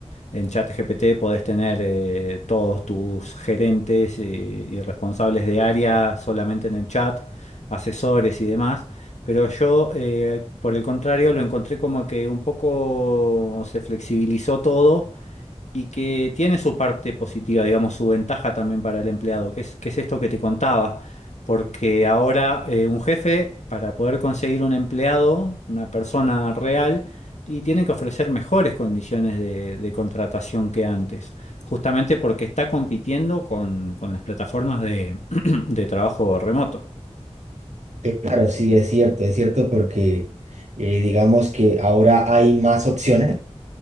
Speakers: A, on the left (about 80°); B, on the right (about 85°).
A: en ChatGPT podés tener eh, todos tus gerentes eh, y responsables de área solamente en el chat, asesores y demás. Pero yo, eh, por el contrario, lo encontré como que un poco se flexibilizó todo y que tiene su parte positiva, digamos, su ventaja también para el empleado, que es, que es esto que te contaba, porque ahora eh, un jefe, para poder conseguir un empleado, una persona real, y tiene que ofrecer mejores condiciones de, de contratación que antes, justamente porque está compitiendo con, con las plataformas de, <clears throat> de trabajo remoto.
B: Claro, sí, es cierto, es cierto porque eh, digamos que ahora hay más opciones